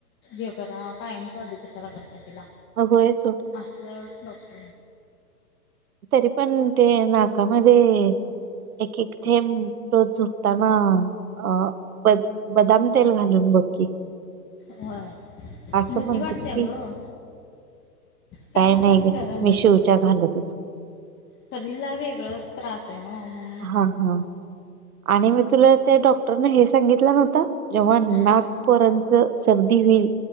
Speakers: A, on the left; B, on the right.
A: हे करा कायमच अधू कशाला करताय तिला
B: अ होय सोड
A: असं डॉक्ट
B: तरी पण ते नाकामध्ये एक एक थेंब रोज झोप ताना अ बदाम तेल घालून बघ की
A: व्हय
B: असं
A: भीती
B: म्हणतात
A: वाटत्या
B: की
A: ग काय
B: नाही
A: पण
B: ग
A: करायल्यात
B: मी शिवच्या घालत होतो
A: खरं हिला वेगळंच त्रास आहे न्हवं म्हण
B: हा हा आणि मी तुला त्या डॉक्टरने हे सांगितलं नव्हता. जेव्हा नाक
A: हम्म
B: पोरांच सर्दी होईल.